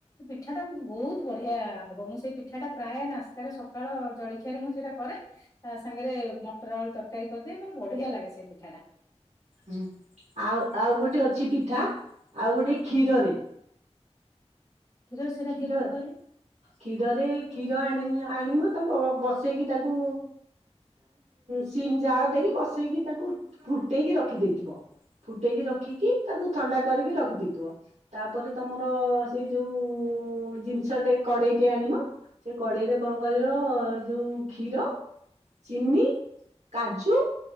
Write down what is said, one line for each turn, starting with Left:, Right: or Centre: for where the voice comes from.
Left: ପିଠାଟା ବହୁତ ବଢିଆ ହବ ମୁଁ ସେଇ ପିଠାଟା ପ୍ରାୟନାସ୍ତାରେ ସକାଳ ଜଳି ପିଠରେ ମୁଁ ସେଇଟା କରେ ତା ସାଙ୍ଗରେ ମଟର ଆଳୁ ତରକାରୀ କରିଦିଏ ମାନେ ବଢିଆ ଲାଗେ ସେ ପିଠାଟା
Right: ହୁଁ ଆଉ ଆଉ ଗୋଟେ ଅଛି ପିଠା ଆଉ ଗୋଟେ କ୍ଷୀରରେ
Left: କ୍ଷୀର ସେଟା
Right: ଖୀ
Left: କେମିତି
Right: ର
Left: କହିଲୁ
Right: ଖୀର ରେ ଖୀର ଏଣି ନି ଆଣିବ ତାକୁ ବସେଇକି ତାକୁ ସିମ୍ ଜାଳ ଦେଇକି ବସେଇକି ତାକୁ ଫୁଟେଇକି ରଖିଦେଇଥିବ। ଫୁଟେଇକି ରଖିକି ତାକୁ ଥଣ୍ଡା କରିକି ରଖିଦେଇଥିବ ତାପରେ ତମର ସେଇ ଯୋଉ ଓଜିନିଷ ଟେ କଡେଇ ଟେ ଆଣିବ ସେ କଡେଇରେ କଣ କରିବ ଯୋଉ କ୍ଷୀର ଚିନି କାଜୁ